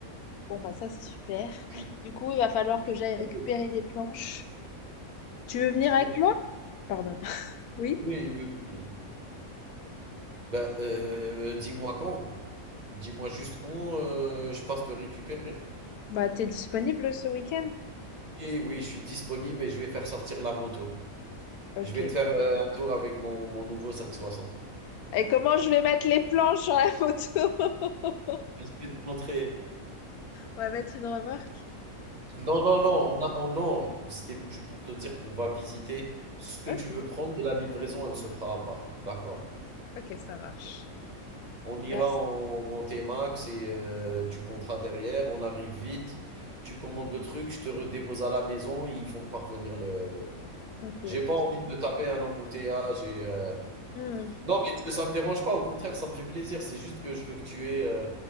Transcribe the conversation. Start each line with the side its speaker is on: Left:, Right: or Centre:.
Left: Bon, bah ça, c'est super.
Right: Tu
Left: Du coup, il va falloir
Right: et puis
Left: que j'aille
Right: quoi
Left: récupérer
Right: d'autre?
Left: des planches. Tu veux venir
Right: Tu voulais
Left: avec moi? Pardon. <laughs> Oui.
Right: oui, oui, oui. Ben, heu, dis-moi quand. Dis-moi juste quand, heu, je passe te récupérer.
Left: Bah, t'es disponible ce week-end?
Right: Oui, oui, je suis disponible et je vais faire sortir la moto.
Left: Ok.
Right: Je vais te faire, heu, un tour avec mon mon nouveau cinq cent soixante
Left: Et comment je vais mettre les planches sur la photo? <laughs> On
Right: Je vais te montrer.
Left: va mettre une remarque.
Right: Non, non, non, on a, on- non. C'était juste pour te dire qu'on va visiter ce que
Left: Ok.
Right: tu veux prendre et la livraison, elle se fera à part. D'accord?
Left: Ok, Ok, ça marche.
Right: On ira
Left: Merci.
Right: en, en T-Max et euh, tu monteras derrière. On arrive vite. Tu commandes le truc, je te redépose à la maison et ils font parvenir le, le-
Left: Ok,
Right: J'ai
Left: ok.
Right: pas envie de me taper un embouteillage et euh,
Left: Hmm,
Right: non mais tu ça me dérange pas, au contraire ça me fait plaisir, c'est juste que je veux que tu aies euh,